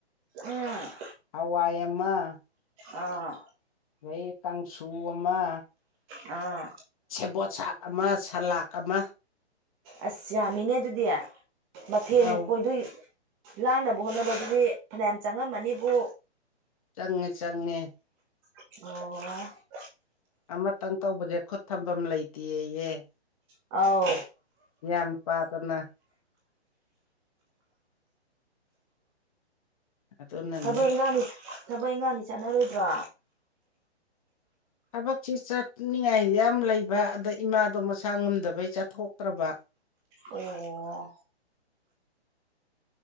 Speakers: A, on the right (about 15°); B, on the left (about 30°).
A: ꯎꯝ
B: ꯍꯥꯋꯥꯏ ꯑꯃ
A: ꯑꯥ
B: ꯑꯗꯩꯩ ꯀꯥꯡꯁꯨ ꯑꯃ
A: ꯑꯥ
B: ꯁꯦꯕꯣꯠ ꯁꯥꯛ ꯑꯃ ꯁꯂꯥꯥꯛ ꯑꯃ
A: ꯑꯁ ꯌꯥꯝꯃꯤꯅꯦ ꯑꯗꯨꯗꯤ ꯃꯊꯦꯜ
B: ꯑꯧ
A: ꯂꯨꯛ ꯀꯣꯏꯗꯣ ꯂꯥꯡꯅꯕ ꯍꯣꯠꯅꯕꯗꯨꯗꯤ ꯐꯅꯌꯥꯝ ꯆꯪꯉꯝꯃꯅꯤꯕꯨ
B: ꯆꯪꯉꯦ ꯆꯪꯉꯦ
A: ꯑꯣ
B: ꯑꯃꯇꯪ ꯇꯧꯕꯗ ꯈꯨꯠ ꯊꯝꯐꯝ ꯂꯩꯇꯦꯌꯦ
A: ꯑꯧ
B: ꯏꯌꯥ ꯅꯨꯄꯥꯗꯨꯅ ꯑꯗꯨꯅꯅꯤ
A: ꯊꯕꯛ ꯏꯪꯈꯥꯡꯗꯤ ꯊꯕꯛ ꯏꯪꯈꯥꯡꯗꯤ ꯆꯠꯅꯔꯣꯏꯗ꯭ꯔꯣ
B: ꯊꯕꯛꯁꯤ ꯆꯠꯅꯤꯡꯉꯥꯏ ꯌꯥꯝ ꯂꯩꯕ ꯑꯗ ꯏꯃꯥꯗꯣ ꯃꯁꯥ ꯉꯝꯗꯕꯩ ꯆꯠꯊꯣꯛꯇ꯭ꯔꯕ
A: ꯑꯣ ꯑꯣ